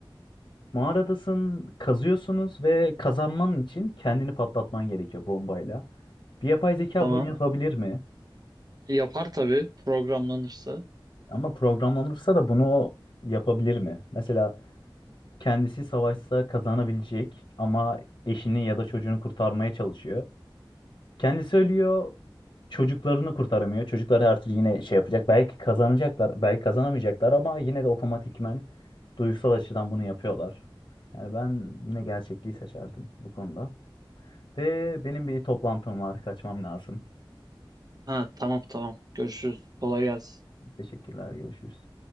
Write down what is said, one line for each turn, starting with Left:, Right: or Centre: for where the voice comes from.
Left: Mağaradasın, kazıyorsunuz ve kazanman için kendini patlatman gerekiyor bombayla. Bir yapay zeka
Right: Tamam.
Left: bunu yapabilir mi?
Right: Yapar tabii programlanırsa.
Left: Ama programlanırsa da bunu yapabilir mi? Mesela Kendisi savaşsa kazanabilecek ama eşini ya da çocuğunu kurtarmaya çalışıyor. Kendisi ölüyor, çocuklarını kurtaramıyor. Çocuklar her türlü yine şey yapacak. Belki kazanacaklar, belki kazanamayacaklar ama yine de otomatikmen duygusal açıdan bunu yapıyorlar. Yani ben yine gerçekliği seçerdim bu konuda. Ve benim bir toplantım var, kaçmam lazım.
Right: Ha tamam tamam. Görüşürüz. Kolay gelsin.
Left: Teşekkürler, görüşürüz.